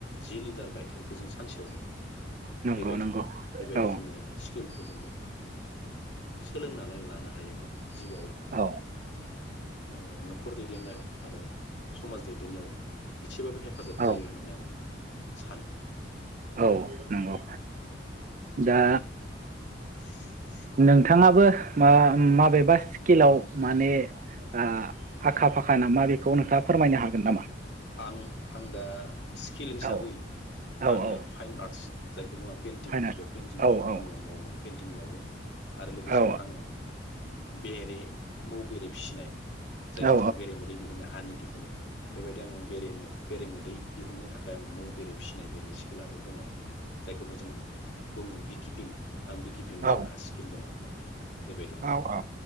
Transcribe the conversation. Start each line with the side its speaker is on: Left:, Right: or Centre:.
Left: जि लिटार गाइखेरखौ जों सानसेयाव मोनो।
Right: नंगौ
Left: बेबायदि
Right: नंगौ
Left: बेबायदि
Right: औ
Left: जोङो स्किलखो जोङो सोलोंनानै लानो हायोब्ला जिउआव ओह
Right: औ
Left: न'खर दैदेननायाव आरो समाज दैदेननायाव इसेबाबो हेफाजाब
Right: औ
Left: जायो होननानै आं सानो
Right: औ नंगौ दा
Left: <inaudible>
Right: नोंथाङाबो मा-माबेबा स्किलाव माने ओह आखा फाखा नामा बेखौ नोंथाङा फोरमायनो हागोन नामा?
Left: आं आं दा स्किल हिसाबै
Right: औ औ
Left: आङो
Right: औ
Left: फाइन आर्ट्स जायखौ बुङो पेन्टिं
Right: फाइनाल
Left: बे पेइन्टिंखो
Right: औ
Left: खामानियाव
Right: औ
Left: मावो आं। पेन्टिं मावो। आरो लोगोसेनो
Right: औ
Left: आङो बेरे मौ बेरे फिसिनाय। जायखौ
Right: औ
Left: जों बेराये मोदै दिहुननाय हानि दिहुनो। बेबायदि आङो बे मो बेरेमोदै दिहुननो थाखाय आं मौ बेरे फिसिनाय बेनि स्किलाबो दं आंना। जायखौबो जों बुङो बिकिपिं आं बिकिपिंनि
Right: औ
Left: आंहा स्किल दङ आरो। बेबायदिहाय
Right: औ औ